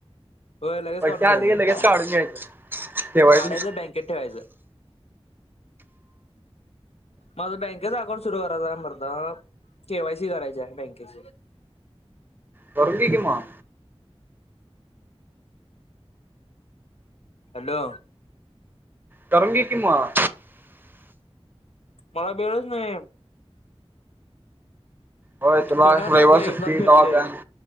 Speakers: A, on the left; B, on the right.
A: होय लगेच
B: पैसे
A: काढून
B: आले
A: घ्यायचं
B: की लगेच काढून घ्यायचं ठेवायचं
A: काढायचं
B: नाही. <unintelligible>
A: बँकेत ठेवायचं माझं बँकेचं अकाउंट सुरू करायचं हाय मर्दा, केवायसी करायची आहे बँकेची. <inaudible>
B: करून घे की मग.
A: हॅलो.
B: करून घे की मग.
A: मला वेळच नाही.
B: होय तुला
A: शनिवारी
B: रविवार
A: एक एकदाच
B: सुट्टी
A: भेटते
B: तवा बँक